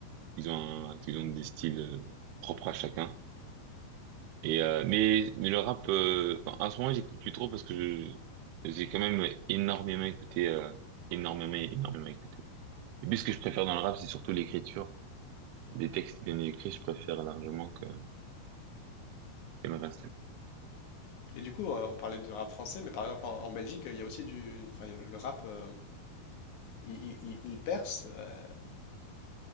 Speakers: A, on the right; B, on the left.
A: Ils ont un, ils ont des styles euh, propres à chacun. Et euh, mais mais le rap, euh, enfin, en ce moment, j'écoute plus trop parce que je j'ai quand même énormément écouté, euh, énormément, énormément écouté. Et puis, ce que je préfère dans le rap, c'est surtout l'écriture. Des textes bien écrits, je préfère largement que que le reste.
B: Et du coup, euh, on parlait du rap français, mais par exemple en, en Belgique, il y a aussi du enfin le, le rap. euh, Ils, ils- ils percent? euh,